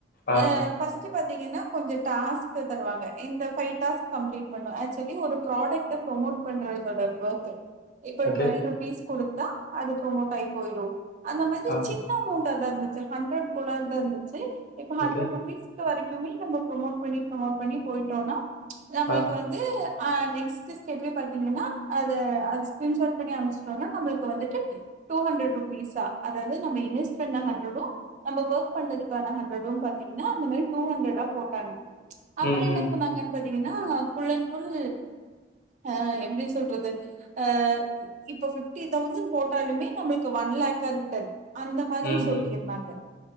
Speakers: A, on the left (about 50°); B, on the right (about 40°).
A: ஆ
B: அ ஃபர்ஸ்ட் பத் பாத்திங்கனா கொஞ்சோ டாஸ்க் தருவாங்க இந்த ஃபைவ் டாஸ்க் கம்லிட் பண்ணோ ஆக்சுவலி ஒரு ப்ராடக்ட் டு ப்ரமோட் பண்றதோட வொர்த்து இப்ப
A: ஓகே
B: டுவெல் ருபீஸ் குடுத் தா அது ப்ரேமோட் ஆகி போயிரோ அந்த மாரி
A: ஆ
B: சின்ன அமௌன் தா இருந்துச்சி ஹண்ரட்குள்ளதா இருந்துச்சி இப்ப ஹாண்ரட்
A: ஓகே
B: ரூபீஸ் க்கு வரைக்குமே நம்ம ப்ரமோட் பண்ணி ப்ரமோட் பண்ணி போயிட்டோனா நம்மளுக்கு
A: ஆ
B: வந்து அ நெக்ஸ்ட் திருப்பி பாத்தீங்கனா அது அது ஸ்கிரீன்ஷேர் பண்ணி அமிச்சிட்டோனா நம்மளுக்கு வந்துட்டு டூ ஹாண்ட்ரட் ருபீ பைசா அதாவது நம்ம இன்வெஸ்ட் பண்ற ஹாண்ரடு நம்போ ஒர்க் பண்ணதுக்கான ஹாண்ரடு பாத்தீங்கன்னா அந்த மாரி டூ டூ ஹாண்ரட்டா போட்டாங்க அப்புறோ
A: ம்
B: என்ன
A: ம்
B: சொன்னாங்கன்னு பாத்தீங்கன்னா ஃபுல்லன் ஃபுல் அ எப்டி சொல்றது அ இப்ப ஃபிப்டி தௌசண்ட் போட்டாலுமே நம்மளுக்கு ஒன் லே <unintelligible> அந்த மாதிரி
A: ம்
B: சொல்லியிருந்தாங்க
A: ம்